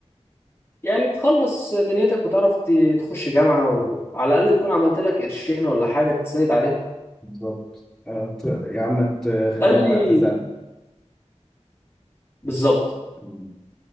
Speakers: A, on the left; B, in the centre.
A: يعني تخلص دنيتك وتعرف ت- تخش جامعة وعلى الأقل تكون عملت لك قرشين ولا حاجة تسند عليهم
B: بالظبط اه ت- يا عم تخليهم
A: قال لي
B: وقت زنقة
A: بالظبط
B: مم.